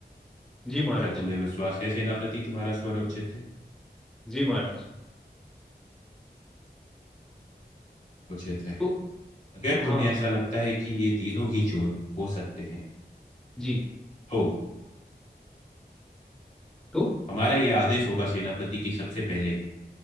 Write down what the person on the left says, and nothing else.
क्या तुम्हें विश्वास है सेनापति तुम्हारा स्वर उचित है
उचित है
अगर
तुम्हें ऐसा लगता है कि ये तीनों ही चोर हो सकते हैं
तो
हमारा ये आदेश होगा सेनापति की सबसे पहले